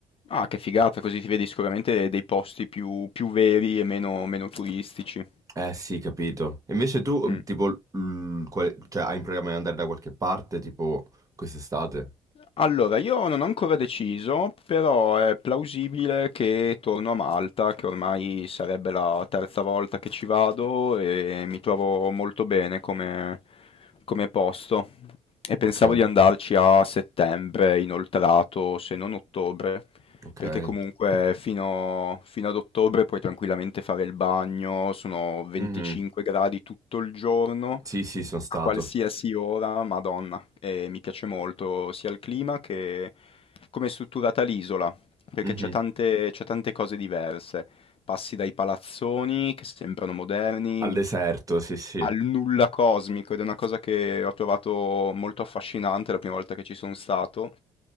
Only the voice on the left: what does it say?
Ah, che figata, così ti vedi sicuramente dei posti più, più veri e meno, meno turistici.
Mm.
Allora, io non ho ancora deciso, però è plausibile che torno a Malta, che ormai sarebbe la terza volta che ci vado e mi trovo molto bene come, come posto. E pensavo
di andarci a settembre, inoltrato, se non ottobre,
perché comunque fino, fino ad ottobre puoi tranquillamente fare il bagno, sono 25
gradi tutto il giorno
a qualsiasi ora, Madonna, eh, mi piace molto sia il clima che come è strutturata l'isola, perché
c'è tante, c'è tante cose diverse. Passi dai palazzoni che sembrano moderni
al nulla cosmico ed è una cosa che ho trovato molto affascinante la prima volta che ci sono stato,